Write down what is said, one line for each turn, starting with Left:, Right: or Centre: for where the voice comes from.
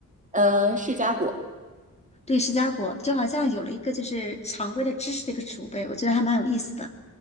Right: 呃，释迦果。
Left: 对，释迦果就好像有了一个就是常规的知识的一个储备，我觉得还蛮有意思的。